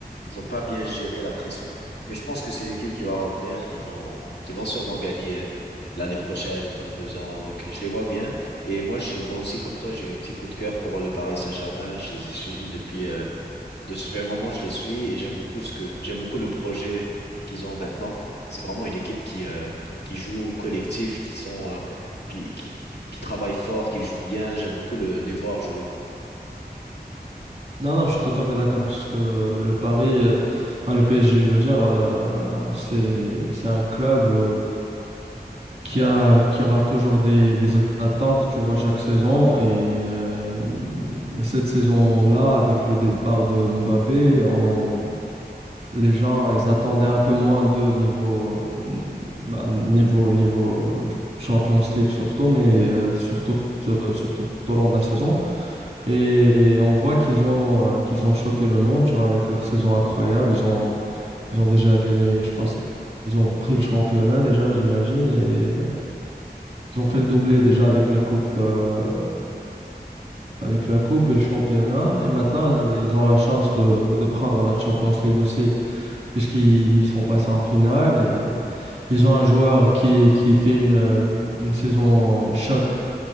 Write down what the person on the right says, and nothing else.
Non, non, je suis tout à fait d'accord parce que le Paris, euh, enfin, le PSG, je veux dire, euh, c'est c'est un club euh, qui a qui aura toujours des, des attentes, tu vois, chaque saison. Et euh, cette saison-là, avec le départ de Mbappé, on- les gens, ils attendaient un peu moins de niveau, bah, niveau niveau Champions League surtout, mais euh, surtout euh, surtout tout au long de la saison. Et on voit qu'ils ont, euh, qu'ils ont choqué le monde, tu vois, avec leur saison incroyable. Ils ont, ils ont déjà gagné, je pense, ils ont pris le championnat déjà, j'imagine, et euh, ils ont fait le doublé déjà avec la coupe, euh, avec la coupe et le championnat. Et maintenant, ils ont ils ont la chance de, de prendre la Champions League aussi, puisqu'ils ils sont passés en finale et ils ont un joueur qui, qui fait une, euh, une saison choc